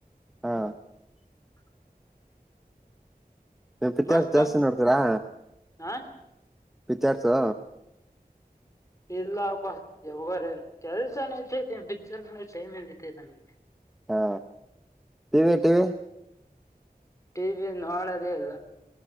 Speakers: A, in the centre; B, on the left.
A: ಹಾ ನ್ ಪಿಚ್ಚರ್ಸ್ರ್
B: ಬಾ
A: ಜಾಸ್ತಿ
B: ಬಾ
A: ನೋಡ್ತೀರಾ?
B: ಹಾ
A: ಪಿಚ್ಚರ್ಸಾ
B: ಇಲ್ಲಪ್ಪ ಯಾವ್ಗಾರ ಕೆಲ್ಸನ ಐತಿ ಬಿಚ್ಚಲ್ಸ ಟೖಮ್ ಎಲ್ಲಿತೆ ನಮ್ಗೆ.
A: ಹಾ ಟಿವಿ ಟಿವಿ
B: ಟಿ ವಿ ನೋಡದೇ ಇಲ್ಲ